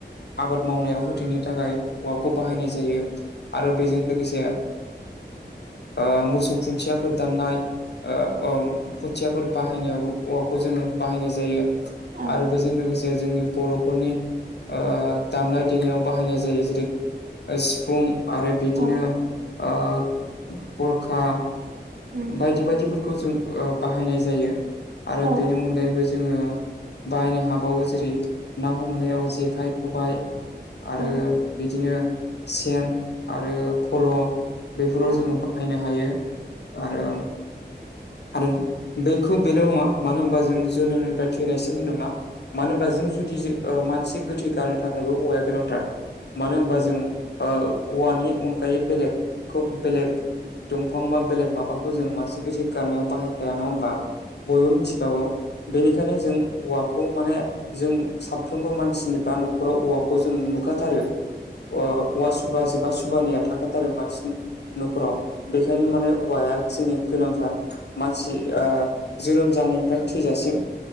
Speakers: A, on the left; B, on the right.
A: आबाद मावनायाव होथेनो थाखाय औवाखौ बाहायनाय जायो आरो बेजों लोगोसे ओ मोसौ खुन्थियाफोर दाननाय ओ ओम खुथियाफोर बाहायनायाव औवाखौ जोङो बाहायनाय जायो
B: औ
A: आरो बेजों लोगोसे जोंनि बर'फोरनि ओ दामनाय देनायाव बाहायनाय जायो जेरै सिफुं आरो बिदिनो
B: औ
A: ओ थरखा
B: उम
A: बायदि बायदिफोरखौ जों बाहायनाय जायो आरो
B: औ औ
A: बेनि अनगायैबो जोङो बाहायनो हाबावो जेरै ना हमनायाव जेखाइ खबाइ आरो
B: औ
A: बिदिनो सेन आरो फल' बेफोराव
B: औ
A: जोङो बा बयहायनो हायो आरो आरो बैखौ बेल' नङा मानो होनबा जों जोनोमनिफ्राय थैनायसिम होनदोंना मानो होनबा जों जुदि ओ मानसि गोथै गारनो थाखायबो औवाया गोनांथार मानो होनबा
B: औ
A: जों ओ औवानि अनगायै बेलेगखौ बेलेग दंफां बा बेलेग माबाखौ जों मानसि गोथै गारनायाव बाहाय ग्रा नङा होनबा
B: औ
A: बयबो मिथिखागौ बेनिखायनो जों औवाखौ माने जों साफ्रोमबो मानसिनि बा न'खराव औवाखौ जों नुखाथारो अ औवा सुबासेबा सुबानैया थाखाथारो मानसिनि न'खराव बेखायनो माने औवाया जोंनि गोनांथार मानसिआ जोनोम जानायनिफ्राय थैजासिम